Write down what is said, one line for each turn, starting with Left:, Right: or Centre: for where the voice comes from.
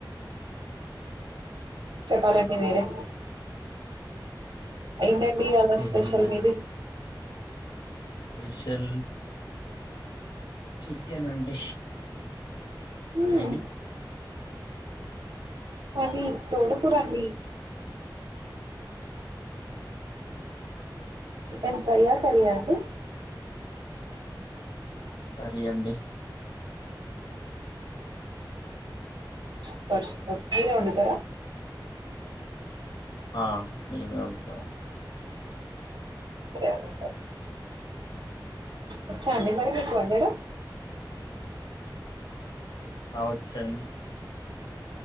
Right: చెప్పాలండి మీరే ఏంటండి ఇవ్వాలా
Left: ఏముందండి
Right: స్పెషల్ మీది
Left: స్పెషల్ చికెన్ అండి
Right: హ్మ్
Left: మీది
Right: మాది తోటకూరండి చికెన్ ఫ్రైయ్యా, కరీయా అండి?
Left: కర్రీ అండి
Right: సుపర్ సు, మీరే వండుతరా?
Left: ఆ మేమే వండుతామండి.
Right: బ్యాచిలర్ ఒచ్చా అండి మరి మీకు వండడం?
Left: ఆ వచ్చండి